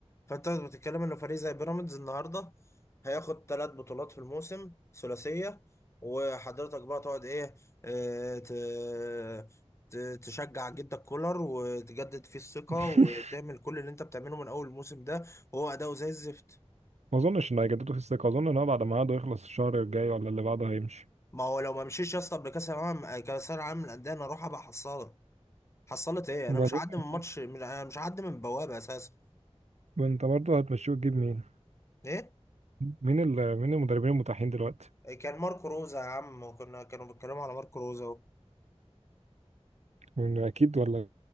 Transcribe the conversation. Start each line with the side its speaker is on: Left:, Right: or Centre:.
Left: فانت بتتكلم ان فريق زي بيراميدز النهارده هياخد ثلاث بطولات في الموسم ثلاثيه وحضرتك بقى تقعد ايه آه، ت- ت- تشجع جدك كولر وتجدد فيه الثقه
Right: <laughs>
Left: وتعمل كل اللي انت بتعمله من اول الموسم ده وهو اداؤه زي الزفت
Right: ما اظنش ان هيجددوا في الثقة اظن ان هو بعد ما عقده يخلص الشهر الجاي ولا اللي بعده هيمشي
Left: ما هو لو ما مشيش يا اسطى قبل كاس العالم كاس العالم للانديه انا اروح ابقى حصاله حصلت ايه
Right: وبعدين
Left: انا مش هعدي من
Right: انت
Left: ماتش انا مش هعدي من بوابه اساسا
Right: انت برضه هتمشيه وتجيب مين
Left: ايه
Right: مين ال... مين المدربين المتاحين دلوقتي
Left: كان ماركو روزا يا عم وكنا كانوا بيتكلموا على ماركو روزا
Right: يعني اكيد ولا